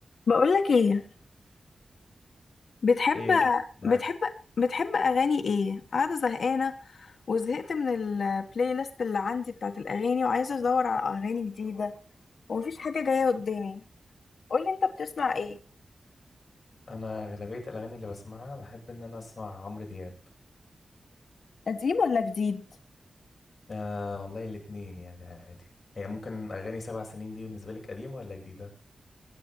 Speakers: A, on the left; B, on the left.
A: بقولك ايه بتحب
B: ايه معاك
A: بتحب بتحب اغاني ايه قاعده زهقانه وزهقت من البلاي ليست اللي عندي بتاعت الاغاني وعايزه ادور على اغاني جديده ومفيش حاجه جايه قدامي قولي انت بتسمع ايه
B: انا اغلبيه الاغاني اللي بسمعها بحب ان انا اسمع عمرو دياب
A: قديم ولا جديد
B: آه والله الاتنين يعني عادي هي ممكن اغاني سبع سنين دي بالنسبه لك قديمه ولا جديده